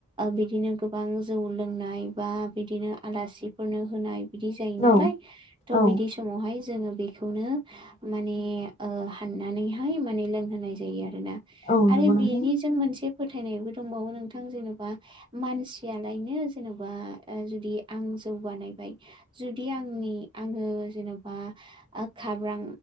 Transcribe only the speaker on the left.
औ
औ
औ नंगौ
नोंथां